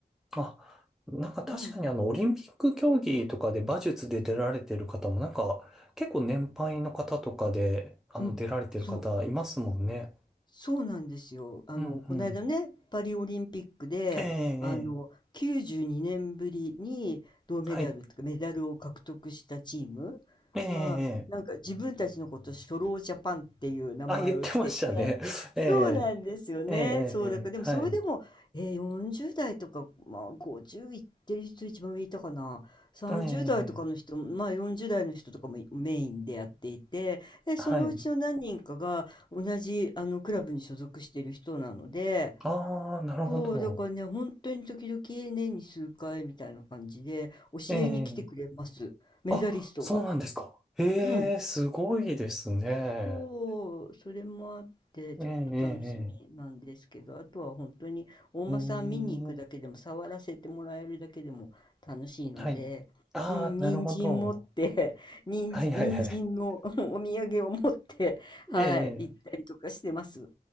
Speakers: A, in the centre; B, on the left.
A: あ、なんか確かにあの、
B: うん、
A: オリンピック競技とかで馬術で出られてる方も、なんか、結構年配の方とかで、あの、
B: うん、
A: 出られてる方いますもんね。
B: そう。そうなんですよ。あの、
A: うん、
B: こないだね、
A: うん。
B: パリオリンピックで、
A: ええ、え
B: あの、92年ぶりに銅メダルとかメダルを獲得したチームは、
A: え、はい。ええ、ええ。
B: なんか自分たちのこと初老ジャパンっていう名前をつけて、
A: あ、言ってましたね。<laughs>
B: そうなんですよね。
A: ええ、ええ、
B: そうだから、
A: ええ、
B: でもそれでも、
A: はい。
B: えー、40代とか、まあ50いってる人一番上いたかな。30代とかの人、
A: ええ、ええ
B: まあ40代の人とかもメインでやっていて、で、
A: はいえええはい
B: そのうちの何人かが、同じあのクラブに所属している人なので、
A: ああ、なるほど。
B: そう、だからね、本当に時々年に数回みたいな感じで教えに来てくれます。
A: ええ、ええ
B: メダリストが。
A: あ、そうなんですか。へえ、
B: うん。
A: すごいですね。
B: そう、それもあってちょっと楽しみなんですけど、
A: ええ、ええ、ええ。
B: あとは本当にお馬さん見に行くだけでも、
A: うーん
B: 触らせてもらえるだけでも楽しいので、
A: はい。ああ、
B: うん、人参持って、
A: なるほど。
B: <laughs> 人参人参の
A: はいはいはい。
B: <laughs> お土産を持って、はい、
A: ええ、
B: 行ったりとかしてます。